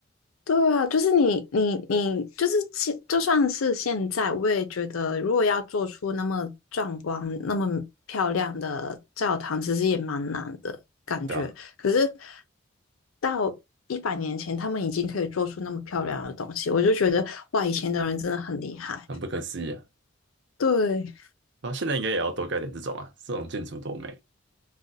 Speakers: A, on the left; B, on the right.
A: 对啊，就是你，你，你，就是现，就算是现在，我也觉得，如果要做出那么壮观、那么漂亮的教堂，其实也蛮难的感觉。
B: 对啊，
A: 可是到一百年前，他们已经可以做出那么漂亮的东西，我就觉得，哇，以前的人真的很厉害。
B: 很不可思议啊。
A: 对，
B: 啊，现在应该也要多盖点这种啊，这种建筑多美